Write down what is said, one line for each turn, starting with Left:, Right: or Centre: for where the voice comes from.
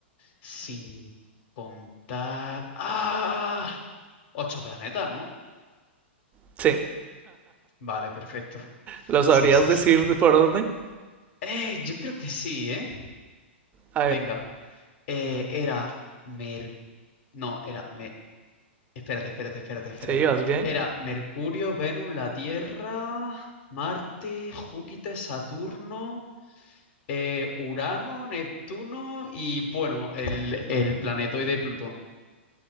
Left: sin contar... ¡Ah! Ocho planetas, ¿no?
Right: Sí.
Left: Vale, perfecto.
Right: ¿Lo sabrías
Left: Sí, sí,
Right: decir
Left: sí.
Right: por orden?
Left: Eh, yo creo que sí, ¿eh?
Right: A
Left: Venga.
Right: ver,
Left: Eh, era Mer... No, era... Me Espérate, espérate, espérate, espérate.
Right: ¿sí vas bien?
Left: Era Mercurio, Venus, la Tierra, Marte, Júpiter, Saturno, eh, Urano, Neptuno y bueno, el, el planetoide Plutón.